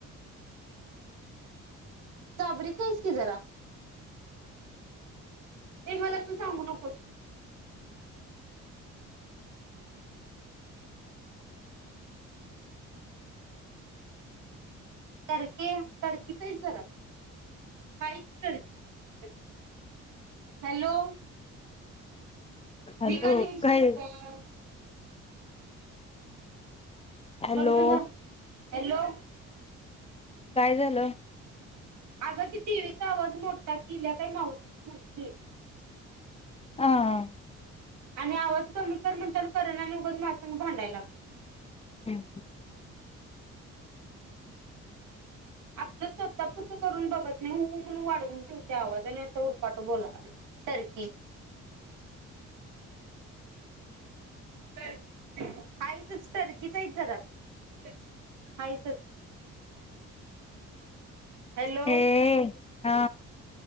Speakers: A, on the right; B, on the left.
A: चाबरीचं आहेस की जरा. ते मला तू सांगू नकोस. टरके टरकीच हाईस जरा तू, हाईच टरकी हॅलो!
B: हॅलो
A: मी का <unintelligible> करं
B: काय हॅलो
A: हम बघ जा जा. हॅलो!
B: काय झालं?
A: अगं ती टीव्हीचा आवाज मोठा केल्या काय मावशीची मुलगी.
B: हा अ.
A: आणि आवाज कमी कर म्हणताना करना न उगच माझ्या संग भांडायला लागं
B: ह अ.
A: आपलं स्वता पुरतं करून बघत नाही, हु म्हणून वाढवून ठेवत्या आवाज आणि आता उरपाट बोला लागल्या. टर्की. तर हाईसच टर्कीचं हाईच जरा तू. हायसचं. हॅलो!
B: ए हा